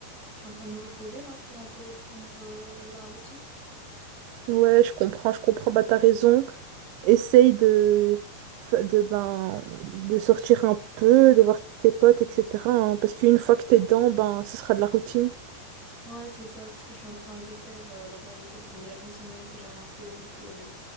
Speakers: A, in the centre; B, on the right (about 90°).
A: je suis en train de me reposer là pour un peu reprendre euh, la routine.
B: Ouais, je comprends, je comprends. Bah t'as raison. Essaye de, de, ben, de sortir un peu, de voir tes potes, etc. hein, parce qu'une fois que t'es dedans, ben, ce sera de la routine.
A: Ouais c'est ça, c'est ce que je suis en train de faire. euh, la vérité, ça fait déjà une semaine que j'ai rien fait donc... euh,